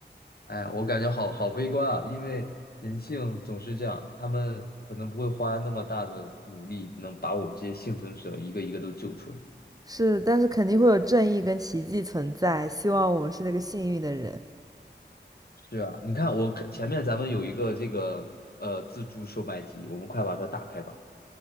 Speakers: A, on the left (about 60°); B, on the right (about 20°).
A: 哎，我感觉好好悲观啊，因为人性总是这样，他们可能不会花那么大的努力，能把我们这些幸存者一个一个都救出来。
B: 是，但是肯定会有正义跟奇迹存在。希望我们是那个幸运的人。
A: 是啊，你看我前面咱们有一个这个呃自助售卖机，我们快把它打开吧，